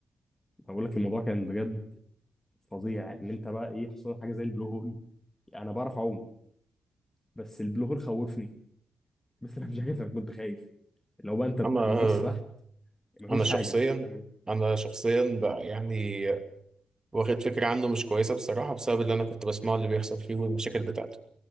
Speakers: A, on the left; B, on the right.
A: أنا بقول لك الموضوع كان بجد فظيع ان انت بقى ايه حصل لك حاجه زي البلو هول انا بعرف اعوم بس البلو هول خوفني بس انا مش عارف انا كنت خايف لو بقى انت بتبص
B: انا
A: تحت مفيش
B: انا شخصيا
A: حاجه انت م-
B: انا شخصيا بقى يعني واخد فكرة عنه مش كويسة بصراحة بسبب اللي أنا كنت بسمعه اللي بيحصل فيه والمشاكل بتاعته